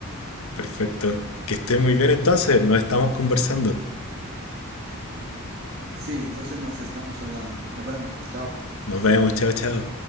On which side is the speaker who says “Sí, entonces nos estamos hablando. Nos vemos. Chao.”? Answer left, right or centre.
Right